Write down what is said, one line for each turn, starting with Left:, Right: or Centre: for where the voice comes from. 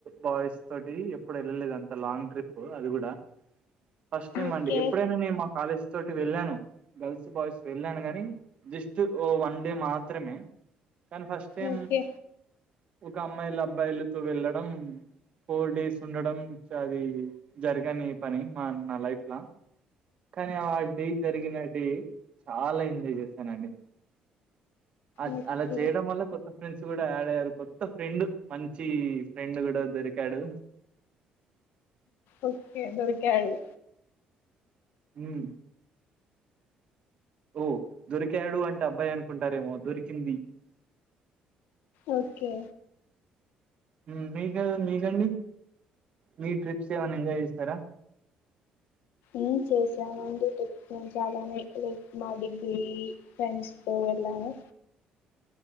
Right: బాయ్స్ తోటి ఎప్పుడు వెళ్ళలేదు అంత లాంగ్ ట్రిప్ ప్ అది కూడా ఫస్ట్ టైం
Left: ఓకే
Right: అండి ఎప్పుడైనా నేను మా కాలేజ్ తోటి వెళ్లాను గర్ల్స్ బాయ్స్ వెళ్ళాను గాని జస్ట్ ఓ వన్ డే మాత్రమే కానీ ఫస్ట్ టైం
Left: ఓకే
Right: ఒక అమ్మాయిలు అబ్బాయిలతో వెళ్లడం ఫోర్ డేస్ ఉండడం అది జరగని పని మా నా లైఫ్ ల కానీ ఆ డే జరిగిన డే చాలా ఎంజాయ్ చేశానండి ఆ
Left: ఓకే
Right: అలా చేయడం వల్ల కొ త్త ఫ్రెండ్స్ కూడా యాడ్ అయ్యారు కొత్త ఫ్రెండ్ మంచి ఫ్రెండ్ కూడా దొరికాడు
Left: ఓకే దొరుకుతాయి అవి
Right: మ్ ఓ దొరికాడు అంటే అబ్బాయి అనుకుంటారేమో దొరికింది
Left: ఓకే
Right: మ్ మీకు మీకండి మీ ట్రిప్స్ ఏమై ఎంజాయ్ చేస్తారా
Left: ఇం చేశామండి ట్రిప్స్ చాలానే లైక్ మా డిగ్రీ ఫ్రెండ్స్ తో వెళ్లాను